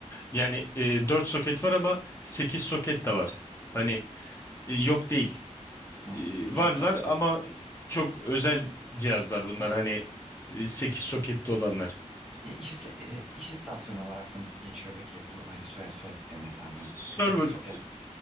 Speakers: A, on the left; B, in the centre.
A: Yani e, 4 soket var ama 8 soket de var. Hani e, yok değil.
B: Hı.
A: E,
B: Laptop.
A: varlar ama çok özel cihazlar bunlar. Hani 8 soketli olanlar.
B: E, iş, is- e, iş istasyonu olarak mı geçiyor peki? Bu hani söyle, söyledikleri mesela
A: Server
B: hani 8 soket